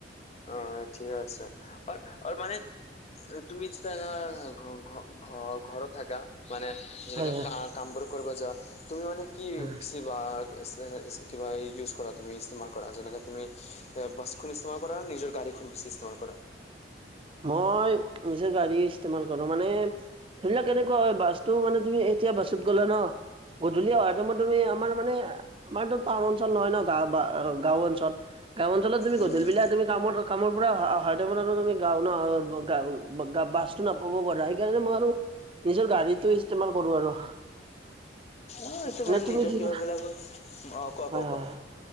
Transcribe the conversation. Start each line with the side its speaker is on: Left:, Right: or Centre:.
Left: অ', ঠিকেই আছে, অ অ মানে তুমি <unintelligible> ঘ-ঘ-ঘ-ঘৰত থাকা। মানে যেনে
Right: হয় হয়
Left: কা-কাম বোৰ কৰিব যোৱা, তুমি মানে কি
Right: হয়।
Left: বেছি <unintelligible> <unintelligible> কিবা ইউজ কৰা তুমি ইস্তেমাল কৰা যেনেকে তুমি এ বাচখন ইস্তেমাল কৰা নিজৰ গাড়ীখন বেছি ইষ্টেমাল কৰা?
Right: মই নিজৰ গাড়ীয়ে ইষ্টেমাল কৰোঁ, মানে ধৰি লোৱা কেনেকুৱা হয় বাছটো মানে তুমি এতিয়া বাছত গ'লা ন। গধূলি অহাৰ টাইমত তুমি আমাৰ মানে আমাৰতো টাউন অঞ্চল নহয় ন গা-বা-গাঁও অঞ্চল। গাওঁ অঞ্চলত তুমি
Left: উম
Right: গধূলিবিলাক
Left: উম
Right: তুমি কামত কামৰ পৰা অহা-অহা টাইমত আৰু তুমি গাঁও ন <unintelligible> বাচটো নাপাব পাৰা, হেইকাৰনে মই আৰু নিজৰ গাড়ীটোয়ে ইষ্টেমাল কৰোঁ আৰু।
Left: অ', সেইটো
Right: এনে
Left: মানে
Right: তুমি
Left: নিজৰ
Right: কি
Left: কিবা
Right: কৰা
Left: বলাকো অ', কোৱা
Right: হয়
Left: কোৱা
Right: হয়
Left: কোৱা
Right: হয়।